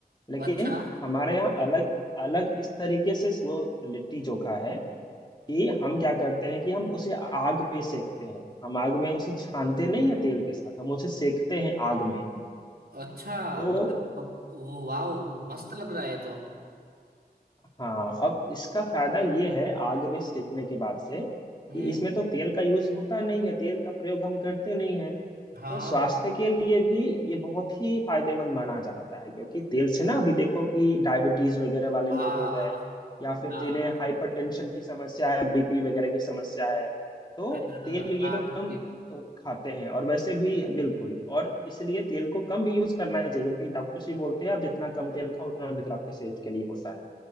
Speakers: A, on the left; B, on the right.
A: लेकिन
B: अच्छा
A: हमारे यहाँ अलग अलग इस तरीके से वो लिट्टी चोखा है कि हम क्या करते हैं कि हम उसे आग पे सेकते हैं हम आग में उसे छानते नहीं है तेल के साथ हम उसे सेकते हैं आग में
B: अच्छा
A: तो
B: मतलब वो वाओ मस्त लग रहा है तो
A: हाँ अब इसका फायदा ये है आग में सेकने के बाद से
B: हम्म
A: कि इसमें तो तेल का यूज होता नहीं है तेल का प्रयोग हम करते नहीं है
B: हाँ
A: तो स्वास्थ्य के लिए भी ये बहुत ही फायदेमंद माना जाता है क्योंकि तेल से ना अभी देखो कि डायबिटीज वगैरह वाले
B: हाँ
A: लोग हो गए या फिर
B: हाँ
A: जिन्हें हाइपरटेंशन की समस्या है बीपी वगैरह की समस्या है तो
B: फिर
A: तेल ये
B: हाँ
A: लोग कम
B: ठीक
A: अ, खाते हैं और वैसे भी बिल्कुल और इसलिए तेल को कम भी यूज करना ही चाहिए क्योंकि डॉक्टर से बोलते हैं आप जितना कम तेल खाओ उतना बेहतर आपके सेहत के लिए होता है